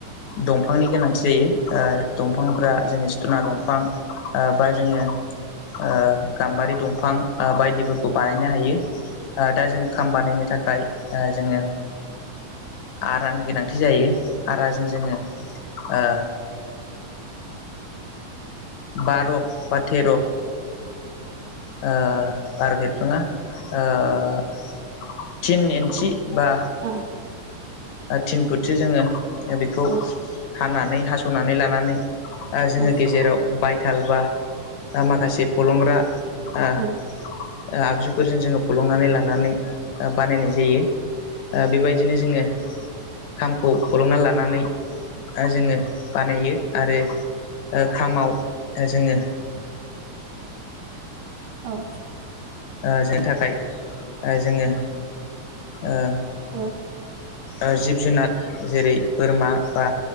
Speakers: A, on the left; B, on the right.
A: दंफांनि गोनांथि जायो ओ दंफांफ्रा जोंनि थुना दंफां ओ बा जोङो ओ गाम्बारि दंफां ओ बायदिफोरखौ बानायनो हायो। ओ दा जोङो खाम बानायनो थाख खाय ओ जोङो आरानि गोनांथि जायो। आराजों जोङो ओ बार' बा थेर' ओब ओ बार हेबसुनना ओ थिन इन्सि बा
B: औ
A: थिन फुटसो जोङो बेखौ
B: औ
A: हानानै हास'नानै लानानै ओ जोङो
B: औ
A: गेजेराव हालबा आ माखासे फलंग्रा ओ आ
B: औ औ
A: आगजुफोरजों जोङो फलंनानै लानानै बानायनाय जायो। ओ बेबायदिनो जोङो खामखौ फलंना लानानै ओ जोङो बानायो। आरो ओ खामाव जोङो
B: औ
A: ओ जों थाखाय ओ जोङो ओ
B: औ
A: ओ जिब जुनार जेरै बोरमा बा